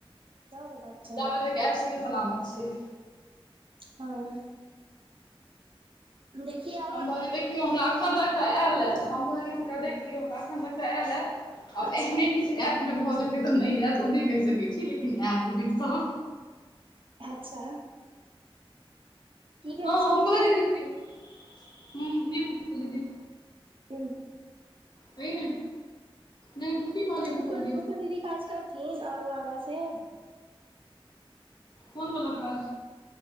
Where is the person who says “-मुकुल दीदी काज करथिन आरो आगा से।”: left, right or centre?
Right